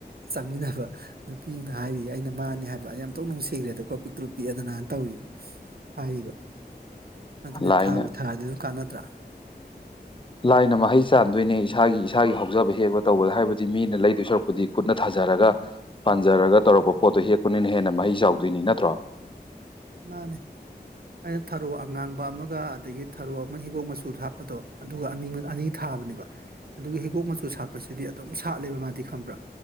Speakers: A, on the right; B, on the left.
A: ꯆꯪꯃꯤꯟꯅꯕ ꯅꯨꯄꯤ ꯑꯃꯥꯅ ꯍꯥꯏꯔꯤꯌꯦ ꯑꯩꯅ ꯃꯥꯅꯦ ꯍꯥꯏꯕ ꯑꯌꯥ ꯑꯣꯟꯊꯣꯛ ꯅꯨꯡꯁꯤꯈ꯭ꯔꯦꯗꯀꯣ ꯄꯤꯛꯇ꯭ꯔꯨ ꯄꯤꯛꯑꯗꯅ ꯇꯧ ꯎꯏ ꯍꯥꯏꯔꯤꯕ ꯑꯗꯨꯅ
B: ꯂꯥꯏꯅ
A: ꯊꯥꯕꯨ ꯊꯥꯔꯗꯤ ꯑꯗꯨꯝ ꯀꯥꯟꯅꯗ꯭ꯔ
B: ꯂꯥꯏꯅ ꯃꯍꯩ ꯆꯥꯟꯗꯣꯏꯅꯦ ꯏꯁꯥꯒꯤ ꯏꯁꯥꯒꯤ ꯍꯧ ꯍꯧꯖꯕ ꯍꯦꯕ ꯇꯧꯕꯗ ꯍꯥꯏꯕꯗꯤ ꯃꯤꯅ ꯂꯩꯗꯣꯏ ꯁꯨꯔꯛꯄꯨꯗꯤ ꯈꯨꯠꯅ ꯊꯥꯖꯔꯒ ꯄꯥꯟꯖꯔꯒ ꯇꯧꯔꯛꯄ ꯄꯣꯠꯇꯣ ꯍꯦꯛꯄ ꯅꯪꯅ ꯍꯦꯟꯅ ꯃꯍꯩ ꯆꯥꯎꯗꯣꯏꯅꯤ ꯅꯠꯇ꯭ꯔꯣ
A: ꯃꯥꯅꯦ ꯑꯩꯅ ꯊꯔꯣ ꯑꯉꯥꯡꯕ ꯑꯃꯒ ꯑꯗꯒꯤ ꯊꯔꯣ ꯑꯃ ꯍꯤꯒꯣꯛ ꯃꯆꯨꯗ ꯍꯥꯞꯄꯗꯣ ꯑꯗꯨꯒ ꯑꯅꯤꯃ ꯑꯅꯤ ꯊꯥ ꯊꯥꯕꯅꯦꯕ ꯑꯗꯨꯒ ꯍꯤꯒꯣꯛ ꯃꯆꯨ ꯁꯥꯠꯄꯁꯤꯗꯤ ꯑꯗꯨꯝ ꯁꯥꯠꯂꯦꯕ ꯃꯥꯗꯤ ꯈꯪꯕ꯭ꯔꯥ